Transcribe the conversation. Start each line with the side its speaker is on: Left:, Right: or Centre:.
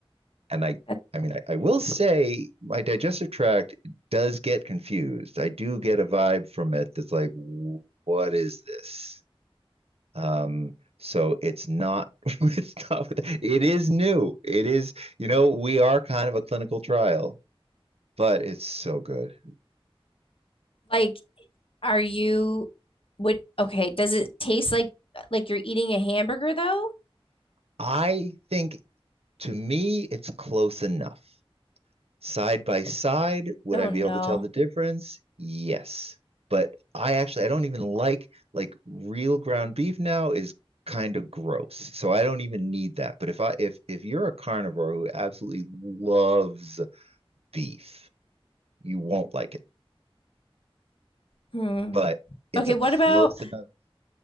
Right: and I,
Left: That-
Right: I mean, I, I will say my digestive tract does get confused. I do get a vibe from it that's like, what is this? Um, so it's not, <laughs> it's not, it is new. It is, you know, we are kind of a clinical trial, but it's so good.
Left: Like, are you would okay, does it taste like like you're eating a hamburger though?
Right: I think to me, it's close enough. Side by side, would
Left: Oh
Right: I be
Left: no.
Right: able to tell the difference? Yes. But I actually I don't even like like real ground beef now is kind of gross. So I don't even need that. But if I if if you're a carnivore who absolutely loves beef, you won't like it.
Left: Hmm.
Right: But it's
Left: Okay,
Right: a
Left: what
Right: close
Left: about
Right: enough <laughs>